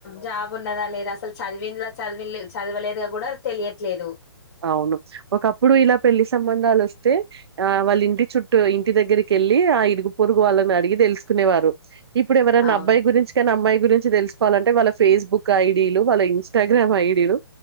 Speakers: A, on the left; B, on the right.
A: జాబ్. ఉన్నదా లేదా అసలు చదివిన చది చదవలేదుగా కూడా తెలియట్లేదు.
B: అవును ఒకప్పుడు ఇలా పెళ్లి సంబంధాలు వస్తే ఆ వాళ్ళ ఇంటి చుట్టూ ఇంటి దగ్గరికి వెళ్ళి ఆ ఇరుగు పొరుగు వాళ్ళని అడిగి తెలుసుకునేవారు. ఇప్పుడు ఎవరైన్న
A: అవును
B: అబ్బాయి గురించి కానీ అమ్మాయి గురించి తెలుసుకోవాలంటే వాళ్ళ ఫేస్బుక్ ఐడీలు వాళ్ళ ఇన్స్టాగ్రామ్ ఐడీలు,